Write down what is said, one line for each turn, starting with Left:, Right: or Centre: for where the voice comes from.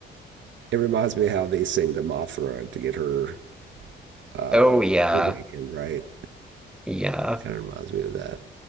Right: It reminds me how they sing to Mothra to get her uh,
Centre: Oh yeah,
Right: awakened, right?
Centre: yeah.
Right: Kind of reminds me of that.